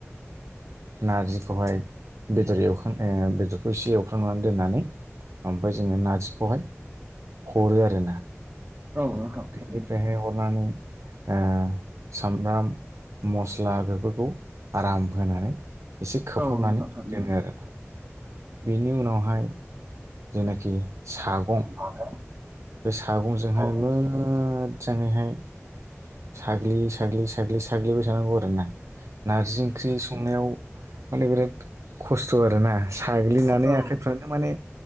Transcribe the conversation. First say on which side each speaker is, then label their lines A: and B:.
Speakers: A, on the right; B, on the right.
A: नारजिखौहाय बेदर एवखां ओ बेदरखौ एसे एवख्रांनानै दोननानै आमफ्राय जोङो नार्जिखौहाय हरो आरो ना
B: औ थारैनो
A: बेनिफ्रायहाय हरनानै ओ सामब्राम मस्ला बेफोरखौ आराम होनानै एसे खोबहाबनानै
B: औ नोंथां थारैनो
A: दोनो आरोना बिनि उनावहाय जेनाखि सागं
B: <unintelligible>
A: बे सागंजोंहाय
B: औ
A: मोजजाङैहाय साग्लि साग्लि साग्लि साग्लिबाय थानांगौ आरो ना नारजि ओंख्रि संनायाव माने बिराद खस्थ आरोना साग्लिनानै
B: औ
A: आखाइफ्रानो माने